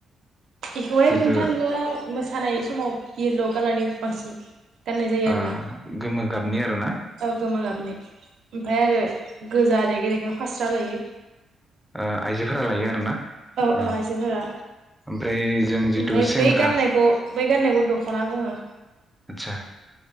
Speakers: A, on the right; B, in the centre.
A: इखौहाय
B: जिथु
A: बुंनो थाङो मोसानाय समाव येल' कालारनि बांसिन गाननाय जायो
B: आ
A: आरोना
B: गोमो गाबनि आरो ना।
A: औ गोमो गाबनि ओमफाय आरो गोजा रेगे रेगां फास्रा लायो
B: ओ आइजोफोरा लायो आरोना
A: औ
B: उम
A: औ आइजोफोरा
B: ओमफ्राय जों जिथु
A: ओमफाय
B: सेंग्रा
A: बै गाननायखौ बै गाननायखौ दखना बुङो।
B: आदसा